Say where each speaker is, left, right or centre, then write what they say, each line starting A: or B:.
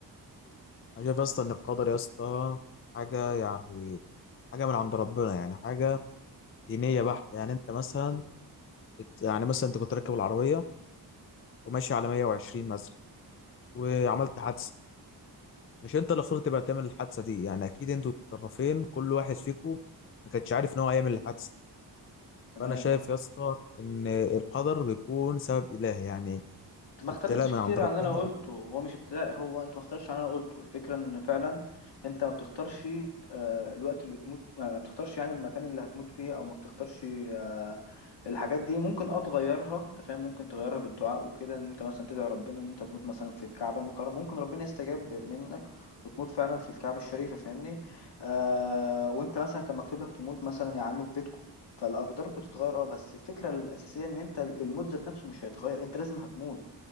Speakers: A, on the left (about 35°); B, on the left (about 80°).
A: انا شايف اصلا ان القدر يا اسطى حاجه يعني حاجه من عند ربنا يعني حاجه دينيه بحته يعني انت مثلا بت- يعني مثلا انت كنت راكب العربيه وماشي على 120 مثلا وعملت حادثه مش انت اللي اخترت بقى تعمل الحادثه دي يعني اكيد انتوا الطرفين كل واحد فيكم ما كانش عارف ان هو هيعمل الحادثه
B: تمام
A: فانا شايف يا اسطى ان القدر بيكون سبب الهي يعني
B: ما اختلفتش
A: ابتلاء من
B: كتير
A: عند ربنا
B: عن اللي انا قلته هو مش ابتلاء هو انت ما اختلفتش عن اللي انا قلته الفكره ان فعلا انت ما بتختارش آه، الوقت اللي تموت ما بتختارش يعني المكان اللي هتموت فيه او ما بتختارش آه، الحاجات دي ممكن اه تغيرها انت فاهم ممكن تغيرها بالدعاء وكده ان انت مثلا تدعي ربنا ان انت تموت مثلا في الكعبه المكرمه ممكن ربنا يستجاب منك وتموت فعلا في الكعبه الشريفه فاهمني آه وانت مثلا كان مكتوب لك تموت مثلا يا عم في بيتكم فالاقدار بتتغير اه بس الفكره الاساسيه ان انت الموت ذات نفسه مش هيتغير انت لازم هتموت